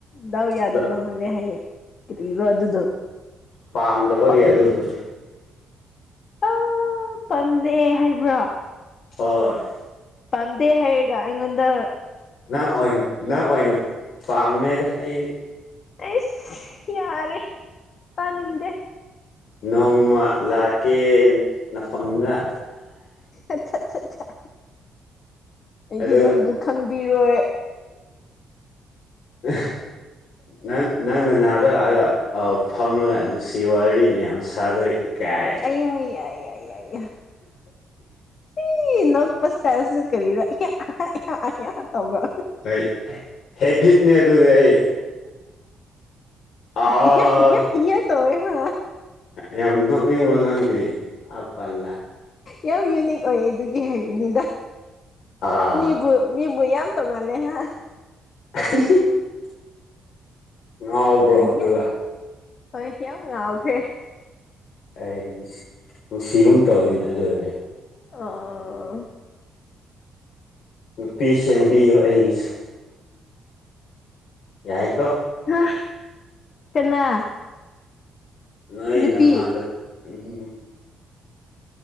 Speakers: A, on the left (about 55°); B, on the left (about 70°).
A: ꯗꯥꯎ ꯌꯥꯗꯕ
B: ꯑꯗꯣ
A: ꯃꯥꯜꯂꯦ ꯍꯌꯦꯡ ꯀꯔꯤꯔꯣ ꯑꯗꯨꯗꯣ
B: ꯄꯥꯝꯗꯕꯒꯤ
A: ꯄꯥ
B: ꯑꯗꯨꯗꯣ
A: ꯑꯥ ꯄꯥꯝꯗꯦ ꯍꯥꯏꯕ꯭ꯔꯣ
B: ꯍꯣꯏ
A: ꯄꯗꯦ ꯍꯥꯏꯌꯦꯒ ꯏꯉꯗ
B: ꯅꯪ ꯑꯣꯏꯅ ꯅꯪ ꯑꯣꯏꯅ ꯄꯥꯝꯃꯦꯗ ꯑꯩꯗꯤ
A: ꯑ ꯌꯥꯔꯦ ꯄꯥꯅꯤꯡꯗ
B: ꯅꯣꯡꯃ ꯂꯥꯛꯀꯦ ꯅꯐꯝꯗ
A: ꯑꯆꯥ ꯑꯆꯥ ꯑ ꯑꯩꯗꯤ
B: ꯑꯗꯨꯒ
A: ꯅꯪꯕꯨ ꯈꯪꯕꯤꯔꯣꯏ
B: ꯎ ꯅꯪ ꯅꯪꯅ ꯅꯥꯗꯔꯛꯑꯒ ꯐꯝꯃꯒ ꯅꯨꯡꯁꯤ ꯋꯥꯔꯤ ꯃꯌꯥꯝ ꯁꯥꯗꯣꯏꯅꯤ ꯀꯥꯏꯅ
A: ꯑꯩꯌꯥ ꯌꯥ ꯌꯥ ꯌꯥ ꯌꯥ ꯁꯤ ꯏ ꯄꯁ ꯇꯁꯔꯤꯔ ꯇꯕ
B: ꯑꯩ ꯍꯦꯕꯤꯠꯅꯦ ꯑꯗꯨꯗꯤ ꯑꯩ ꯑꯥ
A: ꯏ ꯏ ꯏ ꯇꯧꯋ ꯍꯥ
B: ꯌꯥꯝ ꯅꯣꯛꯅꯤꯡꯉꯣ ꯅꯪꯗꯤ ꯑ ꯄꯜꯂ
A: ꯌꯥꯝ ꯌꯨꯅꯤꯛ ꯑꯣꯏ ꯑꯗꯨꯒꯤ ꯍꯥꯏꯕꯅꯤꯗ
B: ꯑꯥ
A: ꯃꯤꯕꯨ ꯃꯤꯕꯨ ꯌꯥꯝ ꯇꯣꯡꯉꯜꯂꯦ ꯍꯥꯏ
B: <inaudible> <unintelligible> ꯅꯎꯕ꯭ꯔꯣ
A: ꯏꯌꯥ
B: ꯑꯗꯨ ꯋꯥ
A: ꯍꯣꯏ ꯌꯥꯝ ꯉꯥꯎꯈ꯭ꯔꯦ
B: ꯑꯩ ꯅꯨꯡꯁꯤꯒꯨꯝ ꯇꯧꯋꯤꯅꯦ ꯑꯗꯨ ꯑꯣꯏ ꯑꯩ
A: ꯑꯥ
B: ꯄꯁꯕꯤꯌꯣ ꯑꯩꯒꯤꯁꯨ ꯌꯥꯏꯀꯣ
A: ꯍꯥ ꯀꯅꯥ
B: ꯅꯣꯏꯣꯏ
A: ꯅꯨꯄꯤ
B: ꯅ ꯃꯥ ꯑꯗꯨ ꯎꯝ